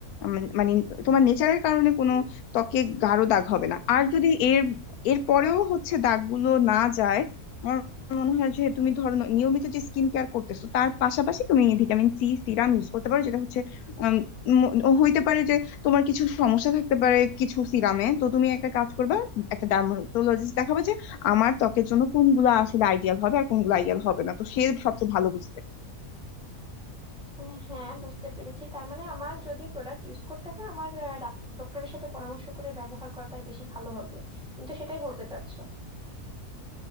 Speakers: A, on the left; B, in the centre.
A: উম, মানে তোমার নেচারের কারণে কোনো ত্বকে গাঢ় দাগ হবে না আর যদি এর এর পরেও হচ্ছে দাগগুলো না যায় আমার মনে হয় যে তুমি ধরো ন- নিয়মিত যে স্কিন কেয়ার করতেছো তার পাশাপাশি তুমি ভিটামিন সি সিরাম ইউজ করতে পারো যেটা হচ্ছে উম, ম- হইতে পারে যে তোমার কিছু সমস্যা থাকতে পারে কিছু সিরামে তো তুমি একটা কাজ করবে একটা ডার্মাটোলজিস্ট দেখাবে যে আমার ত্বকের জন্য কোনগুলো আসলে আইডিয়াল হবে আর কোনগুলো আইডিয়াল হবে না তো সে সবচেয়ে ভালো বুঝবে
B: আহ, হ্যাঁ বুঝতে পেরেছি তার মানে আমার যদি প্রোডাক্ট ইউজ করতে হয় আমার ডক্টরের সাথে পরামর্শ করে ব্যবহার করাটাই বেশি ভালো হবে তুমি তো সেটাই বলতে চাচ্ছো